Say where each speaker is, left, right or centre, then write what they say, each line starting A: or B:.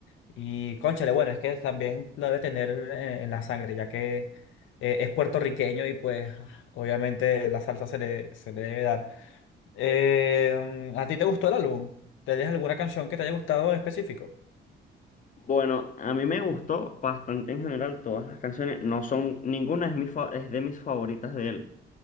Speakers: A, on the left; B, on the left.
A: Y cónchale, bueno, es que también lo debe tener en, en la sangre, ya que eh, es puertorriqueño y pues obviamente la salsa se le, se le debe dar. Eh, ¿a ti te gustó el álbum? ¿Te dejas alguna canción que te haya gustado en específico?
B: Bueno, a mí me gustó bastante en general todas las canciones. No son, ninguna es mi fa- es de mis favoritas de él.